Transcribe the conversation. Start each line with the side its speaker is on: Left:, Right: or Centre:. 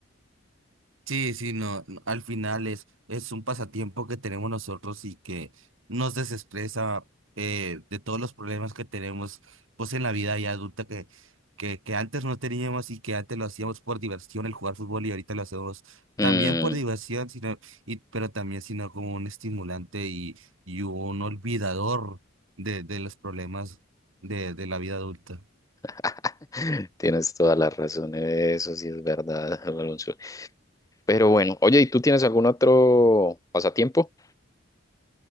Right: Sí, sí, no, no, al final es, es un pasatiempo que tenemos nosotros y que nos desestresa eh, de todos los problemas que tenemos pues en la vida ya adulta que, que, que antes no teníamos y que antes lo hacíamos por diversión el jugar fútbol y ahorita lo hacemos
Left: Mm.
Right: también por diversión, sino, y, pero también sino como un estimulante y, y un olvidador de, de los problemas de, de la vida adulta.
Left: <laughs> Tienes toda la razón, eso sí es verdad, <laughs> Alonso. Pero bueno, oye, ¿y tú tienes algún otro pasatiempo?